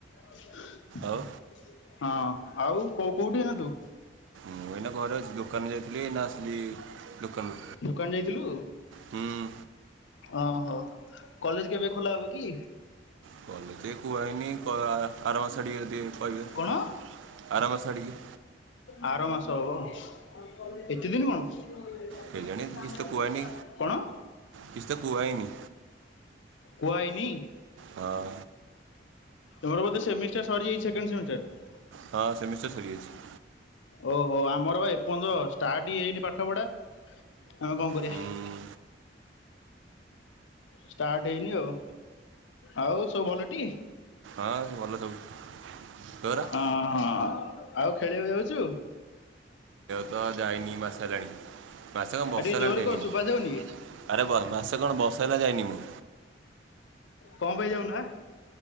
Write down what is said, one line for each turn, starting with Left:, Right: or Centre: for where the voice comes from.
Left: <inaudible>
Right: ଆଉ
Left: ହଁ ଆଉ କୋଉ କୋଉଠି ଏଇନା ତୁ?
Right: ମୁଁ ଏଇନା ଘରେ ଅଛି ଦୋକାନ ଯାଇଥିଲି ଏଇନା ଆସିଲି। ଦୋକାନରୁ
Left: ଦୋକାନ ଯାଇଥିଲୁ?
Right: ହୁଁ
Left: ଓହୋ କଲେଜ କେବେ ଖୋଲା ହବ କି?
Right: କଲେଜ କୁହା ହେଇନି ଆର ମା ସ଼ିରେ ଯଦି ପାଇହିବ
Left: କଣ
Right: ଆରାମ ଆଡିକି।
Left: ଆର ମାସ ହେବ। ଏତେ ଦିନ କଣ
Right: କେଜାଣି କିଛି ତ କୁହାହେଇନି
Left: କଣ?
Right: କିଛି ତ କୁହାହେଇନି
Left: କୁଆାଇନି।
Right: ହଁ।
Left: ତମର ବୋଧେ ସେମିଷ୍ଟାର ସରିଯାଇଛି ସେକେଣ୍ଡ ସେମିଷ୍ଟାର।
Right: ହଁ ସେମିଷ୍ଟର ସରିଜାଇଛି।
Left: ଓହୋ ଆମର ବା ଏପର୍ଯନ୍ତ ଷ୍ଟାର୍ଟ ହିଁ ହୋଇନି ପାଠ ପଢା ଆମେ କଣ କରିବା।
Right: ହୁଁ
Left: ଷ୍ଟାର୍ଟ ହେଇନି ଆଉ ଆଉ ସବୁ ଭଲଟି।
Right: ଆଉ ହଁ ଭଲ ସବୁ ତୋର
Left: ହ ହ। ଆଉ ଖେଳିବାକୁ ଯାଉଛୁ?
Right: ତ ଯାଇନି ମାସ ହେଲାଣି ମାସେ କଣ ବର୍ଷେ
Left: ଟିକେ
Right: ହେଲାଣି
Left: ଜୋରରେ
Right: ଯାଇନି
Left: କହ ଶୁଭା ଯାଉନି କି
Right: ଆରେ ମାସେ କଣ ବସ ମାସେ ହେଲା ଯାଏନି ମୁଁ।
Left: କଣ ପାଇଁ ଯାଉନ?